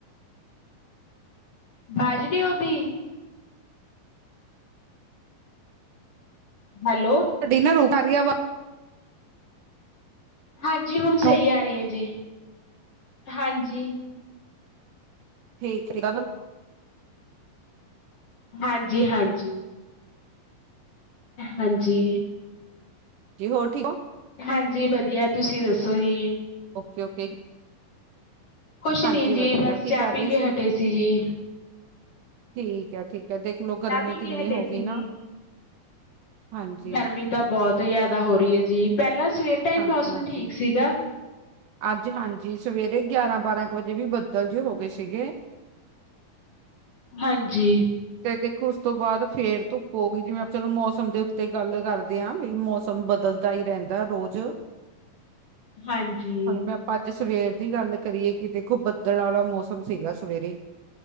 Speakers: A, on the left; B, on the right.
A: ਬਾਜ਼ ਨਹੀਂ ਆਉਂਦੀ ਹੈਲੋ।
B: ਤੁਹਾਡੀ ਨਾ ਰੋ ਕਰ ਰਹੀ ਆ ਆਵਾਜ਼
A: ਹਾਂਜੀ ਹੁਣ ਸਹੀ
B: ਨੂੰ
A: ਆ ਰਹੀ ਹੈ ਜੀ, ਹਾਂਜੀ।
B: ਠੀਕ -ਠੀਕ।
A: ਹਾਂਜੀ -ਹਾਂਜੀ। ਹਾਂਜੀ।
B: ਜੀ ਹੋਰ ਠੀਕ ਹੋ।
A: ਹਾਂਜੀ, ਵਧੀਆ ਤੁਸੀਂ ਦੱਸੋ ਜੀ।
B: Okay -okay.
A: ਕੁੁਛ
B: ਹਾਂਜੀ
A: ਨਹੀਂ ਜੀ
B: ਵਧੀਆ
A: ਬਸ
B: ਕੀ
A: ਚਾਹ
B: ਕਰ
A: ਪੀ
B: ਰਹੀ
A: ਕੇ ਹਟੇ ਸੀ ਜੀ।
B: ਠੀਕ ਹੈ, ਠੀਕ ਹੈ ਦੇਖਲੋ ਗਰਮੀ
A: ਚਾਹ ਪੀ
B: ਕਿੰਨੀ
A: ਕੇ ਹਟੇ
B: ਹੋ
A: ਸੀ
B: ਗਈ ਨਾ
A: ਜੀ
B: ਹਾਂਜੀ
A: ਗਰਮੀ ਤਾਂ ਬਹੁਤ ਜ਼ਿਆਦਾ ਹੋ ਰਹੀ ਹੈ ਜੀ ਪਹਿਲਾਂ ਸਵੇਰ ਟਾਈਮ
B: ਹਾਂਜੀ
A: ਮੌਸਮ
B: ਹਾਂਜੀ
A: ਠੀਕ ਸੀਗਾ
B: ਅੱਜ ਹਾਂਜੀ, ਸਵੇਰੇ ਗਿਆਰਾਂ- ਬਾਰਾਂ ਕੁ ਵਜੇ ਵੀ ਬੱਦਲ ਜੇ ਹੋ ਗਏ ਸੀਗੇ
A: ਹਾਂਜੀ।
B: ਫੇਰ ਦੇਖੋ ਉਸ ਤੋਂ ਬਾਅਦ ਫੇਰ ਧੁੱਪ ਹੋਗੀ ਜਿਵੇਂ, ਆਪਾ ਚਲੋ ਮੌਸਮ ਦੇ ਉੱਤੇ ਗੱਲ ਕਰਦੇ ਹਾਂ ਵੀ ਮੌਸਮ ਬਦਲ ਤਾ ਹੀ ਰਹਿੰਦਾ ਰੋਜ਼
A: ਹਾਂਜੀ।
B: ਮੈਂ ਆਪਾਂ ਅੱਜ ਸਵੇਰ ਦੀ ਗੱਲ ਕਰੀਏ ਕਿ ਦੇਖੋ ਬੱਦਲ ਵਾਲਾ ਮੌਸਮ ਸੀਗਾ ਸਵੇਰੇ